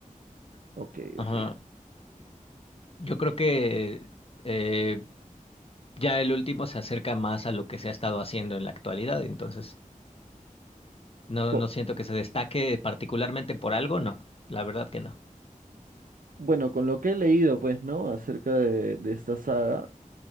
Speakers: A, on the right; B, on the left.
A: Ok,
B: Ajá.
A: ok.
B: Yo creo que eh, ya el último se acerca más a lo que se ha estado haciendo en la actualidad, entonces no,
A: Bu-
B: no siento que se destaque particularmente por algo, no, la verdad que no.
A: Bueno, con lo que he leído, pues, ¿no? Acerca de, de esta saga,